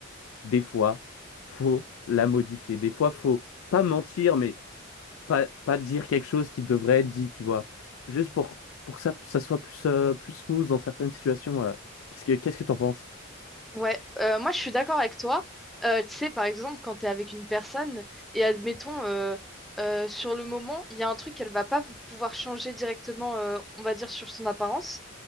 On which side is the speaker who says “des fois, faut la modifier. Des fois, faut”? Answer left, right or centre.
Left